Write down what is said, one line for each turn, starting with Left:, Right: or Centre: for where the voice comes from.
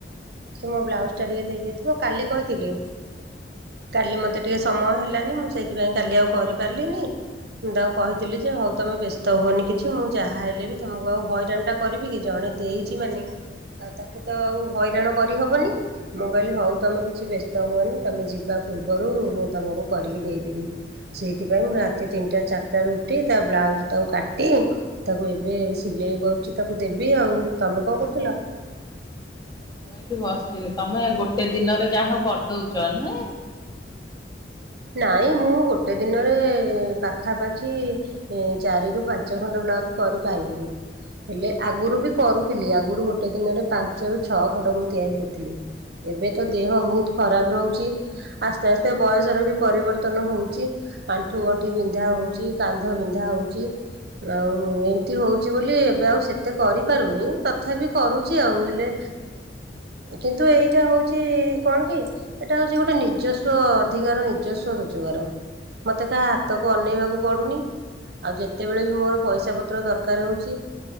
Right: କି ମୋ ବ୍ଲାଉଜ ଟା ଟିକେ ଦେଇ ଦେଇଥିବ କାଲି କହିଥିଲି କାଲି ମତେ ଟିକେ ସମୟ ହେଲାନି ମୁଁ ସେଥିପାଇଁ କାଲି ଆଉ କରିପାରିଲିନି ମୁଁ ତାଙ୍କୁ କହିଥିଲି ଯେ ହଉ ତମେ ବ୍ୟସ୍ତ ହୁଅନି କିଛି ମୁଁ ଯାହାହେଲେବି ତମକୁ ଆଉ ହଇରାଣଟା କରିବି କି ଜଣେ ଦେଇଛି ମାନେ ଆଉ ତାକୁ ତ ଆଉ ହଇରାଣ କରିହବନି ମୁଁ କହିଲି ହଉ ତମେ କିଛି ବ୍ୟସ୍ତ ହୁଅନି ତମେ ଯିବା ପୂର୍ବରୁ ମୁଁ ତମକୁ କରିକି ଦେଇଦେବି ସେଇଥିପାଇଁ ମୁଁ ରାତି ତିନିଟା ଚାରିଟାରୁ ଉଠି ତା ବ୍ଲାଉଜ ତାକୁ କାଟି ତାକୁ ଏବେ ସିଲେଇ କରୁଛି ତାକୁ ଦେବି ଆଉ ତମେ କଣ କରୁଥିଲ?
Left: ମୁଁ ଏଇଠି ବସିଥିଲି ତମେ ଗୋଟେ ଦିନରେ ଯାହା ହଉ। କରିଦଉଚ ନୁହଁ।
Right: ନାଇଁ ମୁଁ ଗୋଟେ ଦିନରେ ପାଖାପାଖି ଚାରି ରୁ ପାଞ୍ଚ ଖଣ୍ଡ ବ୍ଲାଉଜ କରିପାରିବି ହେଲେ ଆଗରୁ ବି କରୁଥିଲି ଆଗରୁ ଗୋଟେ ଦିନରେ ପାଞ୍ଚରୁ ଛଅ ଖଣ୍ଡ ମୁଁ ତିଆରି କରୁଥିଲି ଏବେ ତ ଦେହ ବହୁତ ଖରାପ ରହୁଛି ଆସ୍ତେ ଆସ୍ତେ ବୟସର ବି ପରିବର୍ତ୍ତନ ହେଉଛି ଆଣ୍ଠୁ ଗଣ୍ଠି ବିନ୍ଧା ହେଉଛି କାନ୍ଧ ବିନ୍ଧା ହେଉଛି ଆଉ ଏମିତି ହଉଛି ବୋଲି ଏବେ ଆଉ ସେତେ କରିପାରୁନି ତଥାପି କରୁଛି ଆଉ ହେଲେ କିନ୍ତୁ ଏଇଟା ହଉଛି କଣ କି ଏଇଟା ହେଉଛି ଗୋଟେ ନିଜସ୍ୱ ଅଧିକାର। ଯସ୍ ରୋଜଗାର ମୋତେ କାହା ହାତକୁ ଅନେଇବାକୁ ପଡ଼ୁନି ଆଉ ଯେତେବେଳେ ବି ମୋର ପଇସା ପତ୍ର ଦରକାର ହେଉଛି